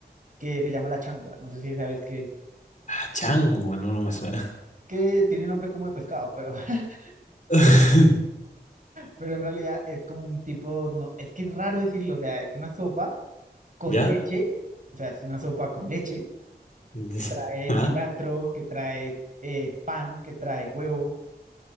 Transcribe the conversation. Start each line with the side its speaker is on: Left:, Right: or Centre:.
Right: que se llama la changua. No sé si sabes qué es.
Left: Ah, chango, no, no me suena.
Right: Que tiene nombre como de pescado, pero, <laughs>
Left: <laughs>
Right: pero en realidad es como un tipo, no, es que es raro decirlo, o sea, es una sopa con
Left: ¿Ya?
Right: leche, o sea, es una sopa con leche
Left: <laughs>
Right: que trae
Left: ¿Ah?
Right: cilantro, que trae eh, pan, que trae huevo,